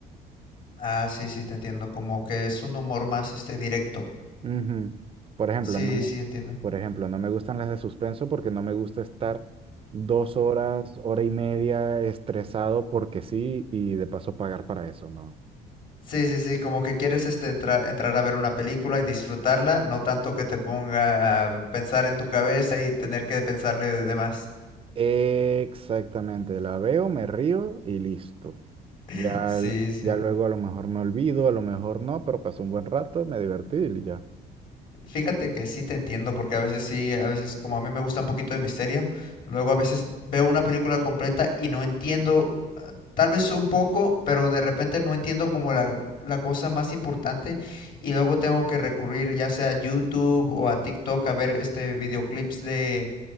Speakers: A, on the left (about 55°); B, on the right (about 35°).
A: Ah, sí, sí, te entiendo, como que es un humor más, este, directo.
B: Ujú. Por ejemplo,
A: Sí,
B: no me,
A: sí, entiendo.
B: por ejemplo, no me gustan las de suspenso porque no me gusta estar dos horas, hora y media estresado porque sí y de paso pagar para eso, ¿no?
A: Sí, sí, sí, como que quieres este, entrar, entrar a ver una película y disfrutarla, no tanto que te ponga a pensar en tu cabeza y tener que pensarle de demás.
B: Exactamente, la veo, me río y listo.
A: <laughs>
B: Ya,
A: Sí,
B: l-
A: sí.
B: ya luego a lo mejor me olvido, a lo mejor no, pero pasé un buen rato, me divertí y ya.
A: Fíjate que sí te entiendo, porque a veces sí, a veces como a mí me gusta un poquito de misterio, luego a veces veo una película completa y no entiendo, tal vez un poco, pero de repente no entiendo como la, la cosa más importante y luego tengo que recurrir ya sea a YouTube o a TikTok a ver este videoclips de